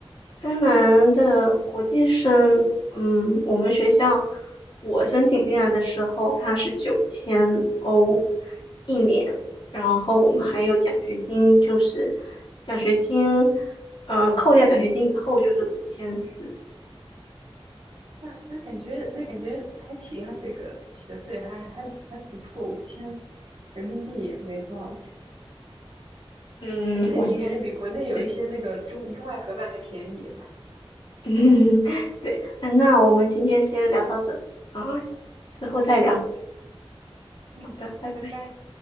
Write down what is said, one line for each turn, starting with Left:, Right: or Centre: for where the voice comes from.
Left: 芬兰的国际生，嗯，我们学校我申请进来的时候，它是九千欧一年，然后我们还有奖学金，就是奖学金，呃，扣掉奖学金以后就是五千四，
Right: 那那感觉那感觉还行啊，这个学费还还还不错，五千人民币也没多少钱，
Left: 嗯，
Right: 感觉还行，
Left: 五千，
Right: 感觉比国内有一些那个中中外合办还便宜。
Left: 对，<laughs> 嗯，对，嗯那我们今天先聊到这啊，之后再聊，
Right: OK OK。嗯，
Left: 好的，
Right: 好的，
Left: 拜拜。
Right: 拜拜。